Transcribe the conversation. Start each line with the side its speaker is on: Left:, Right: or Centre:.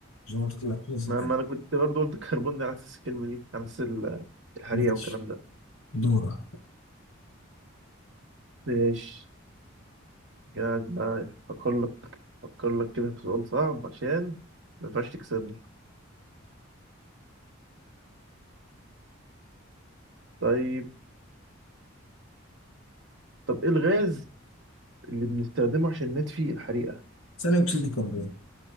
Left: ظاهرة الاحتباس
Right: ما,
Left: الحراري
Right: ما أنا كنت برضه قلت الكربون ده على أساس الكلمة دي على أساس ال- الحريقة
Left: ماشي
Right: والكلام ده
Left: دورة
Right: ماشي كده عايز بقى أفكر لك أفكر لك كده في سؤال صعب عشان ما ينفعش تكسبني طيب طب إيه الغاز اللي بنستخدمه عشان نطفي الحريقة؟
Left: ثاني اكسيد الكربون